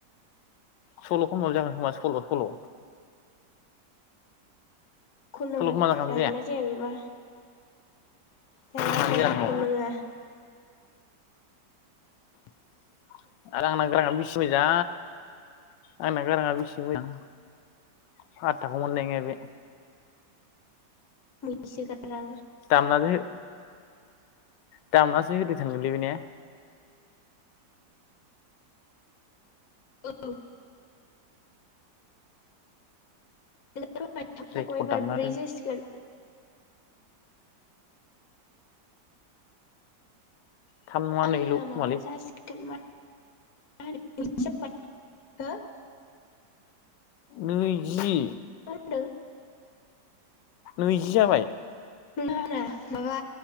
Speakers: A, on the left; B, on the left.
A: सल' खनबाबो जागोन खोमा सल' सल'।
B: खननाङालै
A: सल'खौ मा जागोन
B: जायोना जाया बेबा जाया
A: मानो
B: जाया
A: नंगौ
B: खननाङा।
A: <inaudible> आरो आंना गाराङा बेसे मोजां आंना गाराङा बेसे मोजां। फातथाखौनो मोननाय नङा बे।
B: मैसो गारां।
A: दामनादोहो दामनासो होदो सानगोनलै बे ने।
B: औ। <inaudible> र'हाय थावनाखौ
A: रेकर्ड
B: एबार
A: दामना
B: ब्रै
A: होदों
B: जासिगोन।
A: थाम नङा
B: आंना
A: नैल' खोमालै
B: माबा जासिगोन मा <unintelligible>
A: नैजि
B: होनदों
A: नैजि जाबाय।
B: नङाना माबा